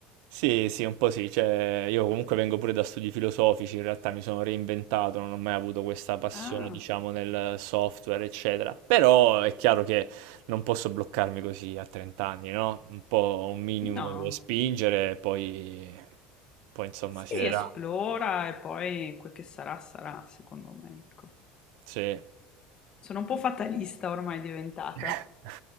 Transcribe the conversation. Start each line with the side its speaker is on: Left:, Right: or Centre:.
Right: Sì, sì, un po' sì, cioè, io comunque vengo pure da studi filosofici, in realtà mi sono reinventato, non ho mai avuto questa passione,
Left: Ah,
Right: diciamo, nel software, eccetera. Però è chiaro che non posso bloccarmi così a 30 anni, no? Un po' un minimo
Left: no.
Right: devo spingere, poi, poi insomma
Left: Si
Right: si vedrà.
Left: esplora e poi quel che sarà, sarà, secondo me, ecco.
Right: Sì.
Left: Sono un po' fatalista ormai diventata.
Right: <laughs>